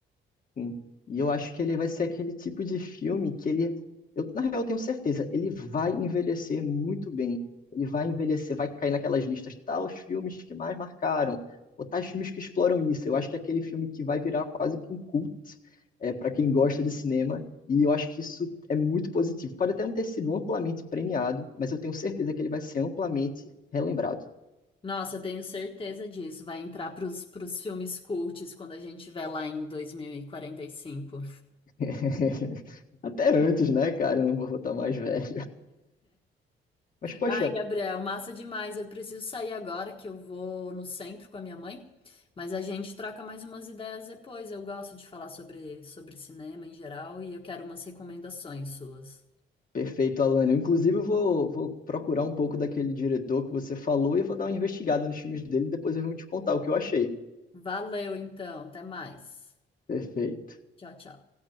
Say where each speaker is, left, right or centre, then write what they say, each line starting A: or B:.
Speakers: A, on the left (about 45°); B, on the left (about 25°).
A: Sim. E eu acho que ele vai ser aquele tipo de filme que ele, eu, na real, eu tenho certeza, ele vai envelhecer muito bem. Ele vai envelhecer, vai cair naquelas listas, tais filmes que mais marcaram, ou tais filmes que exploram isso. Eu acho que é aquele filme que vai virar quase que um cult, é, para quem gosta de cinema, e eu acho que isso é muito positivo. Pode até não ter sido amplamente premiado, mas eu tenho certeza que ele vai ser amplamente relembrado.
B: Nossa, eu tenho certeza disso, vai entrar pros, pros filmes cults quando a gente estiver lá em dois mil e e quarenta e cinco.
A: <laughs> Até antes, né, cara? Eu não vou botar mais velho. Mas, poxa,
B: Ai, Gabriel, massa demais. Eu preciso sair agora que eu vou no centro com a minha mãe, mas a gente troca mais umas ideias depois. Eu gosto de falar sobre, sobre cinema em geral e eu quero umas recomendações suas.
A: Perfeito, Alane. inclusive, eu vou, vou procurar um pouco daquele diretor que você falou e vou dar uma investigada nos filmes dele e depois eu vou te contar o que eu achei.
B: Valeu, então. Até mais.
A: Perfeito.
B: Tchau, tchau.